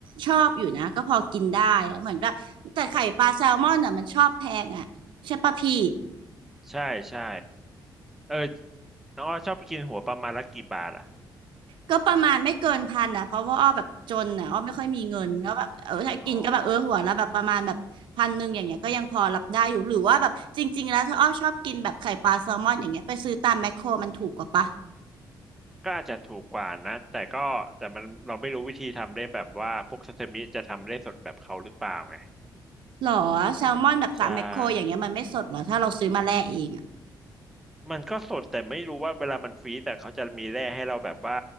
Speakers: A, on the right; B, in the centre.
A: ชอบอยู่นะก็พอกินได้อะเหมือนก็แต่ไข่ปลาแซลมอนอ่ะมันชอบแพงอ่ะใช่ปะพี่
B: ใช่ใช่เออน้องอ้อชอบไปกินหัวประมาณละกี่บาทอ่ะ
A: ก็ประมาณไม่เกินพันอ่ะเพราะว่าอ้อแบบจนอ่ะอ้อไม่ค่อยมีเงินแล้วแบบเออถ้ากินก็แบบเออหัวละแบบประมาณแบบพันหนึ่งอย่างเงี้ยก็ยังพอรับได้อยู่หรือว่าแบบจริงๆแล้วถ้าอ้อชอบกินแบบไข่ปลาแซลมอนอย่างเงี้ยไปซื้อตามแมคโครมันถูกกว่าปะ
B: อ๋อก็อาจจะถูกกว่านะแต่ก็แต่มันเราไม่รู้วิธีทำได้แบบว่าพวกซาซิมิจะทำได้สดแบบเขาหรือเปล่าไง
A: หรอแซลมอนแบบตามแมคโครอย่างเงี้ยมันไม่สดหรอถ้าเราซื้อมาแล่เองอ่ะ
B: ใช่ มันก็สดแต่ไม่รู้ว่าเวลามันฟรีซแต่เขาจะมีแร่ให้เราแบบว่า